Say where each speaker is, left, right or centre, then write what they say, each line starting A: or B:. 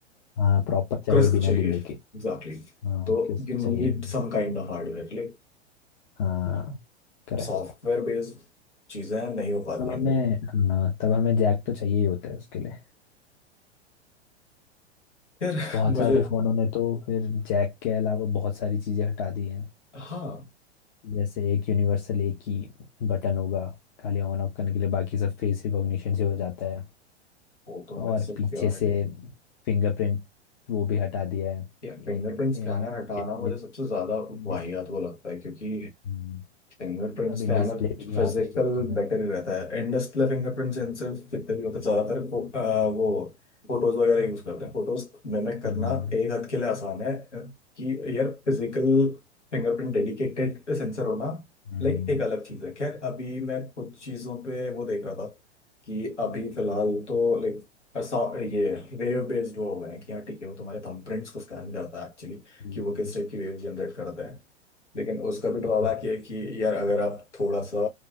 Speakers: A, on the left (about 45°); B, on the left (about 90°).
A: हाँ प्रॉपर चाहिए
B: क्रस्ट
A: बिना
B: चाहिए
A: डिले
B: था
A: के
B: Exactly exactly.
A: हाँ
B: तो
A: किस
B: you need
A: चाहिए
B: some kind of hardware like
A: हाँ करेक्ट
B: software based चीज़ें नहीं हो पाती
A: तब
B: हैं
A: हमें
B: भाई
A: हाँ, तब हमें जैक तो चाहिए ही होता है उसके लिए
B: फिर
A: बहुत
B: मुझे
A: सारे फोनों ने तो फिर जैक के अलावा बहुत सारी चीजें हटा दी हैं
B: हाँ
A: जैसे एक यूनिवर्सल एक ही बटन होगा खाली ऑन ऑफ करने के लिए बाकी सब फेस रिकॉग्निशन से हो जाता है
B: वो तो हमारी
A: और
B: सिक्योरिटी
A: पीछे से फिंगरप्रिंट वो भी हटा दिया है
B: या
A: In,
B: फिंगरप्रिंट
A: in,
B: स्कैनर हटाना
A: display-
B: मुझे सबसे ज़्यादा वाहियात
A: dis-
B: वो लगता है क्योंकि
A: hmm,
B: फिंगरप्रिंट
A: अब
B: स्कैनर
A: इन डिस्प्ले भी नहीं
B: फिजिकल
A: आता है गिफ्टों में
B: बेटर ही रहता है एंड डिस्प्ले फिंगरप्रिंट सेंसर जितने भी होते हैं ज्यादातर फो, आ, वो फोटोज वगैरह यूज करते हैं फोटोज मिमिक करना
A: हम्म
B: एक हद के लिए आसान है अ, कि यार फिजिकल फिंगरप्रिंट डेडिकेटेड सेंसर होना
A: हम्म
B: लाइक एक अलग चीज है खैर अभी मैं कुछ चीजों पे वो देख रहा था कि अभी फिलहाल तो लाइक ये वेव बेस्ड वो हो गए हैं कि हाँ ठीक है वो तुम्हारे थंबप्रिंट्स को स्कैन करता है एक्चुअली
A: हम्म,
B: कि वो किस टाइप की वेव जनरेट करते हैं लेकिन उसका भी ड्रॉबैक
A: हाँ,
B: ये है कि यार अगर आप थोड़ा सा